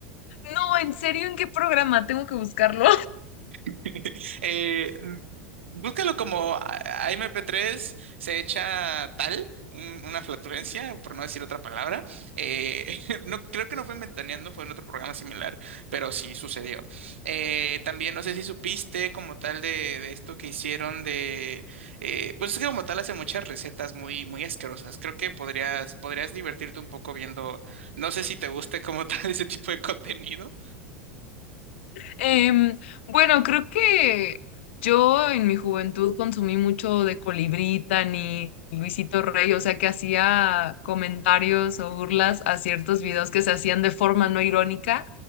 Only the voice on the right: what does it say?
<laughs> Eh, búscalo como a- AMP3 se echa tal, un- una flatulencia, por no decir otra palabra. Eh, <laughs> no, creo que no fue en Ventaneando, fue en otro programa similar, pero sí sucedió. Eh, también no sé si supiste como tal de, de esto que hicieron de... eh, pues es que como tal hace muchas recetas muy, muy asquerosas. Creo que podrías, podrías divertirte un poco viendo... No sé si te guste como tal <laughs> ese tipo de contenido.